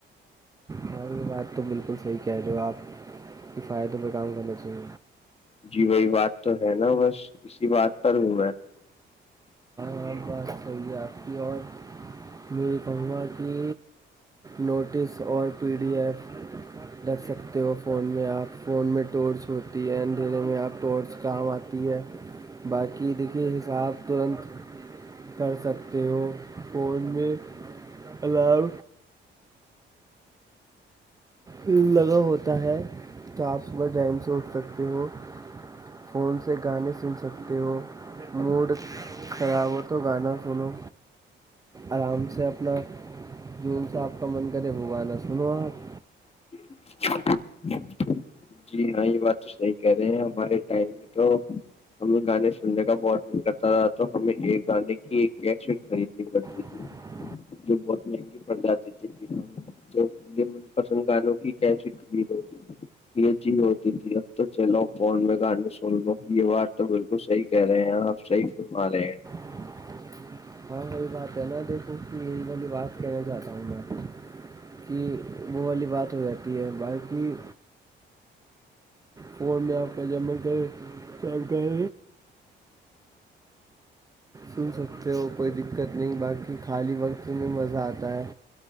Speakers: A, on the right; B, on the left.
A: ہاں یہ بات تو بالکل صحیح کہہ ل آپ کفایتوں پہ کام کرنے چاہیے
B: جی وہی بات تو ہے نا بس اسی بات پر ہوں میں
A: اور بات کریے آپ کی اور میری فا کی نوٹس اور پی ڈی ایف رکھ سکتے ہو فون میں آپ فون میں ٹورچ ہوتی ہے اندھیرے میں آپ ٹورچ کام آتی ہے باقی دھیے حساب ترنت کر سکتے ہو فون میں الار لگاؤ ہوتا ہے تو آپ صبح ٹائم سے اٹھ سکتے ہو فون سے گانے سن سکتے ہو موڈ خراب ہو تو گانا سنو آرام سے اپنا جون سا آپ کا من کرے وہ گانا سنو آپ
B: <unintelligible> جی ہاں یہ بات تو صحیح کہہ رہے ہیں ہمارے ٹائم میں تو ہمیں گانے سننے کا بہت من کرتا تھا تو ہمیں ایک گانے کی ایک کیشٹ خریدنی پڑتی ت
A: <unintelligible>
B: جو بہت مہنگی پڑ جاتی تے بنا تو یہ من پسند گانوں کی کیسی کری ہو یہ چیز ہوتی تھی اب تو چلو فون میں گانے سن لو یہ بات تو بالکل صحیح کہہ رہے ہیں آپ صحیح ہمارے
A: <unintelligible> ہاں وہی بات ہے نہ دیکھوں کہ یہی واللی بات کہنے جاہتا ہوں میں کہ وہ والی بات ہو جاتی ہے باققی فون میں آپ کا جمل کر سن سکتے ہو کوئی دقت نہیں باقی خالی وقت میں مزہ آتا ہے